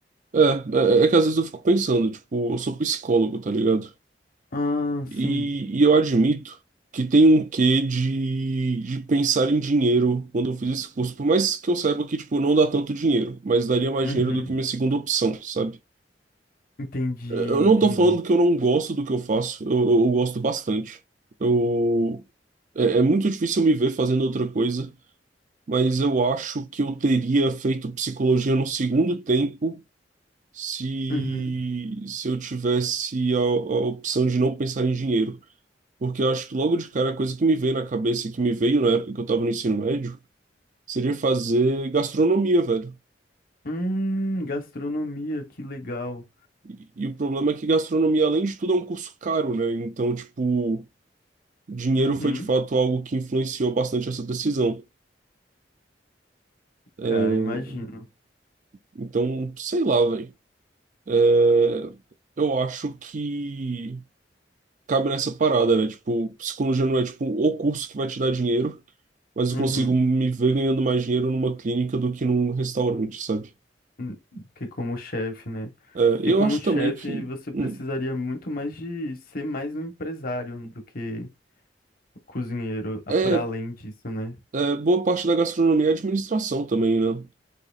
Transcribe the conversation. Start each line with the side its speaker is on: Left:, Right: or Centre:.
Right: É, é, é que às vezes eu fico pensando, tipo, eu sou psicólogo, tá ligado?
Left: Ah,
Right: E,
Left: sim.
Right: e eu admito que tem um quê de, de pensar em dinheiro quando eu fiz esse curso. Por mais que eu saiba que, tipo, não dá tanto dinheiro, mas daria mais
Left: Uhum.
Right: dinheiro do que minha segunda opção, sabe?
Left: Entendi,
Right: Eu
Left: entendi.
Right: não tô falando que eu não gosto do que eu faço, eu, eu eu gosto bastante. Eu, É, é muito difícil me ver fazendo outra coisa, mas eu acho que eu teria feito psicologia no segundo tempo se,
Left: Uhum.
Right: se eu tivesse a, a opção de não pensar em dinheiro. Porque eu acho que logo de cara a coisa que me veio na cabeça, e que me veio na época que eu estava no ensino médio, seria fazer gastronomia, velho.
Left: Hum, gastronomia, que legal.
Right: E, e o problema é que gastronomia, além de tudo, é um curso caro, né? Então, tipo, dinheiro
Left: Uhum.
Right: foi de fato algo que influenciou bastante essa decisão. É,
Left: Cara, imagino.
Right: então, sei lá, velho. É, eu acho que cabe nessa parada, né? Tipo, psicologia não é tipo o curso que vai te dar dinheiro, mas eu
Left: Uhum.
Right: consigo me ver ganhando mais dinheiro numa clínica do que num restaurante, sabe?
Left: Hum, que como chefe, né?
Right: É,
Left: Porque
Right: e eu
Left: como
Right: acho
Left: chefe
Right: também que
Left: você precisaria
Right: hum,
Left: muito mais de ser mais um empresário do que cozinheiro, a-
Right: é,
Left: para além disso, né?
Right: é, boa parte da gastronomia é administração também, né?